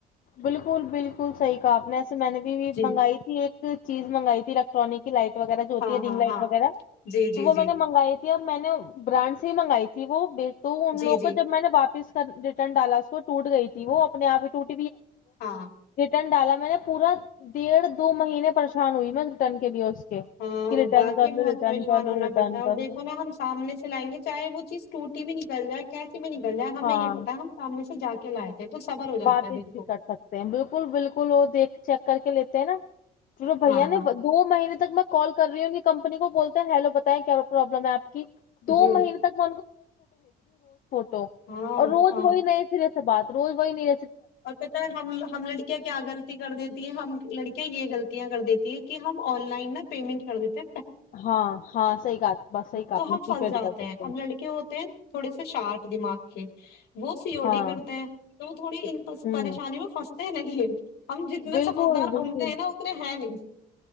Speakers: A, on the left (about 55°); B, on the left (about 75°).
A: بالکل بالکل صحیح کہا آپ نے ایسا میں نے بھی
B: جی
A: منگائی تھی ایک چیز منگائی تھی الیکٹرانک کی لائٹ وغیرہ جو ہوتی
B: ہاں
A: ہے رنگ
B: ہاں
A: لائٹ
B: ہاں
A: وغیرہ
B: جی
A: تو
B: جی
A: وہ میں
B: جی
A: نے منگائی تھی اب میں نے برانڈ سے ہی منگائی تھی وہ تو ان
B: جی
A: لگوں
B: جی
A: کو جب میں نے واپس ریٹرن ڈالا اس وہ ٹوٹ گئی تھی وہ اپنے آ ہی ٹوٹ <inaudible> <inaudible> میں
B: ہاں
A: نے پورا ڈیڑھ دو مہینے پریشان ہوئی میں رٹن کے لیے کے
B: ہاں
A: کہ ریٹرن
B: واقعی
A: کر لو
B: بہت
A: ریٹرن
B: پریشان
A: کر
B: ہونا
A: لو ریٹرن
B: پڑتا ہے اور
A: کر
B: دیکھو
A: لو
B: نا ہم سامنے سے لائیں گے چاہے وہ چیز ٹوٹتی بھی نہیں <inaudible> ہمیں
A: ہاں
B: یہ پتہ ہم سامنے سے جا <inaudible>
A: واپس
B: جاتا ہے دل
A: بھی
B: کو
A: کر سکتے ہیں بالکل بالکل وہ دیکھ چیک کر کے لیتے ہیں نا بھیا
B: ہاں
A: نے
B: ہاں
A: دو مہینے تک میں کال کر رہی ہوں کمپنی کو بولتے ہیں ہیلو بتائیں کیا پرابلم ہے اپ کی دو
B: جی
A: مہین تک <inaudible> تو
B: ہاں
A: عروج
B: ہاں
A: وہی ن صرف بات تو کوئی نہیں
B: اور کہتا ہے ہم لڑکیاں کے کیا غلطی کر دیتی ہیں ہم لڑکیاں یہ غلطیاں کر دی اے کے ہم ان لائن میں پیمنٹ کر دیتے
A: ہاں ہاں صحیح کہا بس صحیح کہا
B: تو
A: آپ نے
B: ہم
A: پری
B: پھنس
A: پیڈ
B: جاتے
A: کر دیتے
B: ہیں ہم لڑکے ہوتے ہیں تھوڑے سے شارک دماغ کے وہ سی او
A: ہاں
B: ڈی کرتے ہیں تو تھوڑی
A: ہوں
B: پریشانی میں رہیں ہم جتنا
A: بالکل
B: سمجھدار
A: بالکل
B: بنتے ہیں نا اتنے نہیں